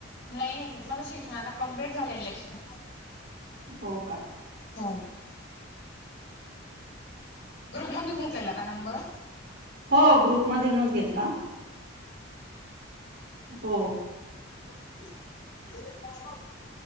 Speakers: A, on the left; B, on the right.
A: नाही माझं शिक्षण आता कम्प्लीट झालेलं असतं
B: हो का
A: हो, ग्रुप मधून घेतलेला का नंबर?
B: हो, ग्रुप मधूनच घेतला हो...
A: <unintelligible>